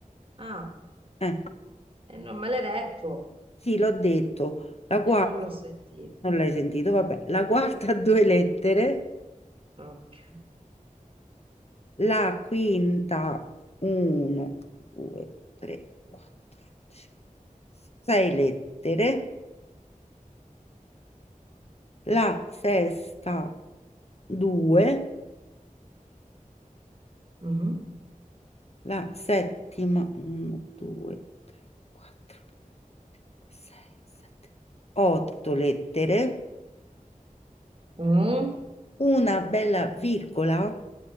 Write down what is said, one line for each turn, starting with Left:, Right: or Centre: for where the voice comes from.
Right: Ah,
Left: Eh,
Right: e non me l'hai detto
Left: sì, l'ho detto. La quarta,
Right: e non l'ho sentito.
Left: non l'hai sentito, vabbè. La quarta, <laughs> 2 lettere.
Right: Ok.
Left: La quinta, 1, 2, 3, 4, 5, 6 lettere. la sesta 2,
Right: Mm,
Left: la settima 1, 2, 3, 4, 5, 6, 7, 8 lettere,
Right: mm,
Left: una bella virgola,